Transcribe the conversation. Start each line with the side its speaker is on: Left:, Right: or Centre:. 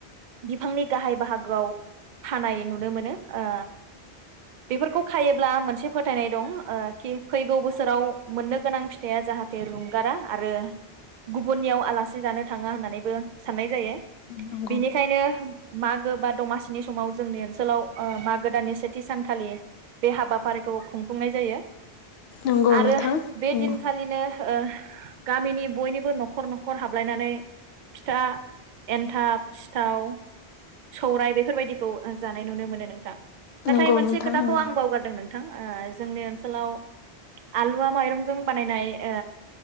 Right: बिफांनि गाहाय बाहागोआव खानाय नुनो मोनो ओ बेफोरखौ खायोब्ला मोनसे फोथायनाय दं खि फैगौ बोसोराव मोननो गोनां फिथाइया जाहाथे रुंगारा आरो गुबुननियाव आलासि जानो थाङा होननानैबो साननाय जायो
Left: नंगौ
Right: बेनिखायनो मा गो बा दासिनि समाव जों ओनसोलाव ओ मागो दाननि सेथि सानखालि बे हाबाफारिखौ खुंफुंनाय जायो।
Left: नंगौ
Right: आरो
Left: नोंथां
Right: बे
Left: नंगौ
Right: दिनखालिनो ओ गामिनि बयनिबो न'खर न'खर हाबलायनानै फिथा एन्थाब सिथाव सौराय बेफोरबायदिखौ जानाय नुनो मोनो नोंथां। नाथाय
Left: नंगौ
Right: मोनसे
Left: नोंथां
Right: खोथाखौ
Left: नंगौ
Right: आं बावगारदों नों नोंथां ओ जोंनि ओनसोलाव आलुवा माइरंजों बानायनाय ओ